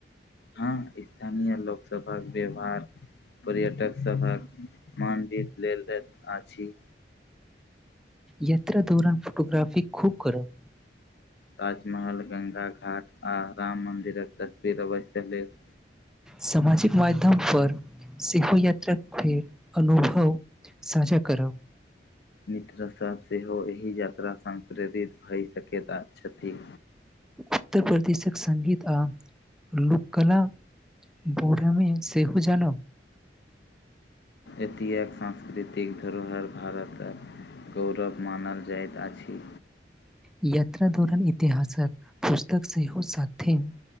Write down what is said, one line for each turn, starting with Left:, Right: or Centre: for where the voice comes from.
Left: हँ स्थानीय लोकसभक व्यवहार पर्यटक सभक मन जीत लेल जाइत अछि
Centre: यात्रा दौरान फोटोग्राफी खूब करब
Left: ताजमहल गंगा घाट आ राम मन्दिरक तस्वीर अवश्य लेब
Centre: सामाजिक माध्यम पर सेहो यात्राक फेर अनुभव साझा करब
Left: मित्रसभ सेहो एहि यात्रा स प्रेरित भए सकैत छथि
Centre: उत्तर प्रदेशक संगङ्गीत आ लोककला बरमे सेहू जानब
Left: एतिह एक सांस्कृतिक धरोहर भारतक गौरव मानल जाइत अछि
Centre: यात्रा दौरान इतिहासक पुस्तक सेहो साथ थथिम